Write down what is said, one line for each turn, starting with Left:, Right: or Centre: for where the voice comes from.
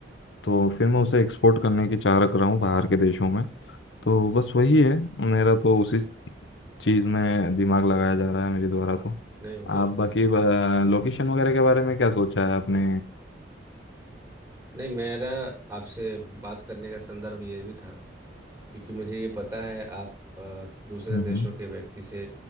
Left: तो फिर मैं उसे एक्सपोर्ट करने की चाह रख रहा हूँ बाहर के देशों में तो
Right: जी
Left: बस वही है मेरा तो उसी चीज़ में दिमाग लगाया जा रहा है मेरे द्वारा तो
Right: नहीं बिल्कुल
Left: आप बाकी लोकेशन वगैरह के बारे में क्या सोचा है आपने
Right: नहीं मेरा आपसे बात करने का संदर्भ ये भी था क्योंकि मुझे ये पता है आप अ, दूसरे
Left: हम्म
Right: देशों
Left: हम्म
Right: के व्यक्ति से